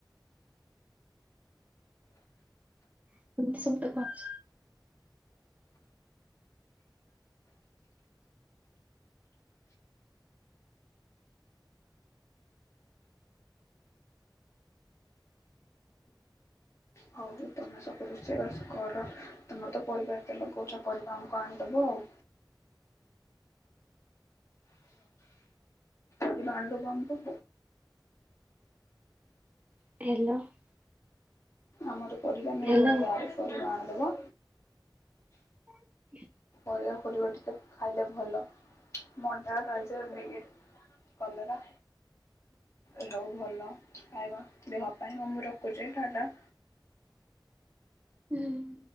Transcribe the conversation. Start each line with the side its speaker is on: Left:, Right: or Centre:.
Right: <unintelligible>
Left: ହଉ ତମେ ସବୁ ରୋଷେଇ ବାସ କର। ତମର ତ ପରିବା ଏତେ ଲଗଉଛ ପରିବା ଆମକୁ ଆଣିଦବ ଆଉ। କେବେ ଆଣିଦେବ ଆମକୁ
Right: <unintelligible>
Left: ଆମର ପରିବା ମିଳୁନି
Right: ହେଲୋ
Left: ଗାଁରେ ପରିବା ଆଣିଦବ।
Right: <inaudible>
Left: ପରିବା ଫରିବା ଟିକେ ଖାଇଲେ ଭଲ ମଣ୍ଡା ଗାଜରବିଟ କଲରା ଏସବୁ ଭଲ ଖାଇବା ଦେହ ପାଇଁ ଆଉ ମୁଁ ରଖୁଛି ଟାଟା।
Right: ହୁଁ।